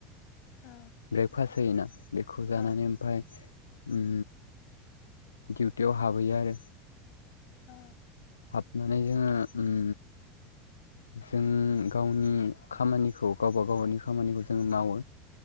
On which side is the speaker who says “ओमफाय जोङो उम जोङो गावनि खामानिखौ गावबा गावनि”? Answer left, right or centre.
Left